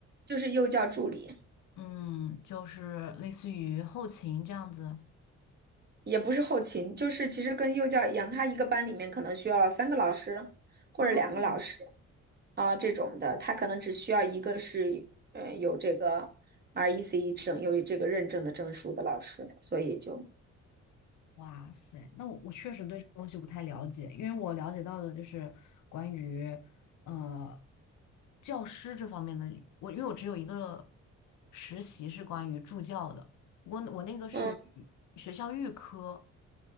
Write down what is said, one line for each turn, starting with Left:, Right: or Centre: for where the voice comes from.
Right: 就是幼教助理。
Left: 嗯，就是类似于后勤这样子。
Right: 也不是后勤，就是其实跟幼教一样，他一个班里面可能需要三个老师或者两个老师
Left: 哦。
Right: 啊、这种的，他可能只需要一个是呃有这个 RECE 证，有这个认证的证书的老师，所以就
Left: 哇塞，那我我确实对这个东西不太了解，因为我了解到的就是关于呃教师这方面的，我因为我只有一个实习是关于助教的，不过我那个是语学校预科，
Right: 嗯，